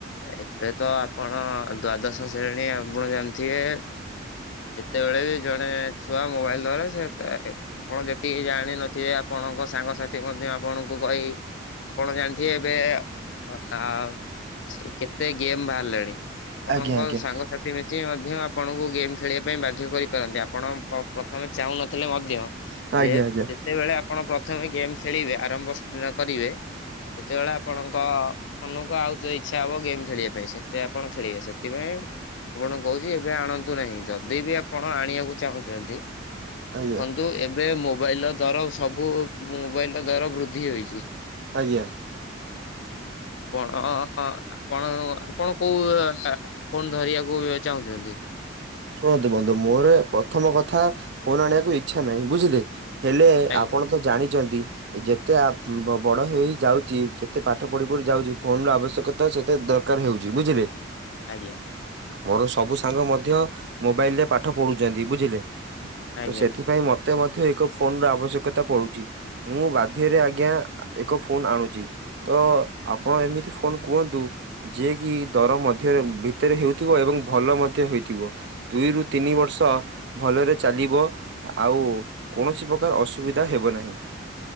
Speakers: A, on the left; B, on the right.
A: ଏବେ ତ ଆପଣ ଦ୍ଵାଦଶ ଶ୍ରେଣୀ ଆପଣ ଜାଣିଥିବେ। ଯେତେବେଳେ ବି ଜଣେ ଛୁଆ ମୋବାଇଲ ଧରେ ସେ ତେ ଏ ଆପଣ ଯେତିକି ଜାଣିନଥିବେ ଆପଣ ଙ୍କ ସାଙ୍ଗସାଥି ମଧ୍ୟ ଆପଣଙ୍କୁ କହି ଆପଣ ଜାଣିଥିବେ ଏବେ ଅନା ଆଉ କେତେ ଗେମ୍ ବାହାରିଲାଣି ଆପଣଙ୍କ
B: ଆଜ୍ଞା ଆଜ୍ଞା
A: ସାଙ୍ଗସାଥି ମିଶି ମ ମଧ୍ୟ ଆପଣଙ୍କୁ ଗେମ୍ ଖେଳିବା ପାଇଁ ବାଧ୍ୟ କରିପାରନ୍ତି ଆପଣ ପ-ପ୍ରଥମେ ଚାହୁଁନଥିଲେ ମଧ୍ୟ
B: ଆଜ୍ଞା
A: ଯେତ୍-ଯେତେବେଳେ
B: ଆଜ୍ଞା
A: ଆ ଆପଣ ପ୍ରଥମେ ଗେମ୍ ଖେଳିବେ ଆରମ୍ଭ କରିବେ ଯେତେବେଳେ ଆପଣଙ୍କ ମନକୁ ଆଉ ତ ଇଚ୍ଛା ହବ ଗେମ୍ ଖେଳିବା ପାଇଁ ସେତେ ଆପଣ ଖେଳିବେ ସେଥିପାଇଁ ଆପଣଙ୍କୁ କହୁଛି ଏବେ ଆଣନ୍ତୁ ନାହିଁ ଯଦି ବି ଆପଣ ଆଣିବାକୁ ଚାହୁଁଛନ୍ତି।
B: ଆଜ୍ଞା
A: ଦେଖନ୍ତୁ ଏବେ ମୋବାଇଲ ର ଦର ସବୁ ମୋବାଇଲ ର ଦର ବୃଦ୍ଧି ହୋଇଛି।
B: ଆଜ୍ଞା।
A: ଆପଣ ଆପଣ ଆପଣ କୋଉ ଫୋନ ଧରିବାକୁ ଚାହୁଁଛନ୍ତି?
B: ଶୁଣନ୍ତୁ ବନ୍ଧୁ ମୋର ପ୍ରଥମ କଥା ଫୋନ ଆଣିବାକୁ ଇଚ୍ଛା ନାହିଁ ବୁଝିଲେ। ହେଲେ
A: ଆଜ୍ଞା
B: ଆପଣ ତ ଜାଣିଛନ୍ତି। ଯେତେ ଆପ ବ-ବଡ ହେଇ ହେଇ ଯାଉଛି ଯେତେ ପାଠ ପଢି ପଢି ଯାଉଛି ଫୋନ ର ଆବଶ୍ୟକତା ସେତେ ଦରକାର ହଉଛି ବୁଝିଲେ।
A: ଆଜ୍ଞା।
B: ମୋର ସବୁ ସାଙ୍ଗ ମଧ୍ୟ ମୋବାଇଲ ରେ ପାଠ ପଢୁଛନ୍ତି ବୁଝିଲେ
A: ଆଜ୍ଞା
B: ତ ସେଥିପାଇଁ ମୋ ମତେ ମଧ୍ୟ ଏକ ଫୋନର ଆବଶ୍ୟକତା ପଡୁଛି ମୁଁ ବାଧ୍ୟରେ ଆଜ୍ଞା ଏକ ଫୋନ୍ ଆଣୁଚି। ତ ଆପଣ ଏମିତି ଫୋନ କୁହନ୍ତୁ ଯିଏ କି ଦର ମଧ୍ୟରେ ଭିତରେ ହେଉଥିବ ଏବଂ ଭଲ ମଧ୍ୟ ହୋଇଥିବ। ଦୁଇରୁ ତିନି ବର୍ଷ ଭଲରେ ଚାଲିବ ଆଉ କୌଣସି ପ୍ରକାର ଅସୁବି ଧା ହେବ ନାହିଁ।